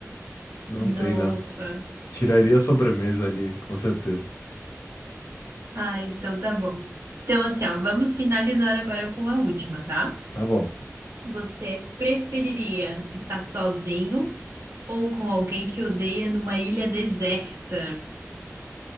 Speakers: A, on the left; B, on the right.
A: Não
B: Nossa.
A: tem, não. Tiraria a sobremesa ali, com certeza.
B: Ah, então tá bom. Então, assim, ó, vamos finalizar agora com a última, tá?
A: Tá bom.
B: Você preferiria estar sozinho ou com alguém que odeia numa ilha deserta?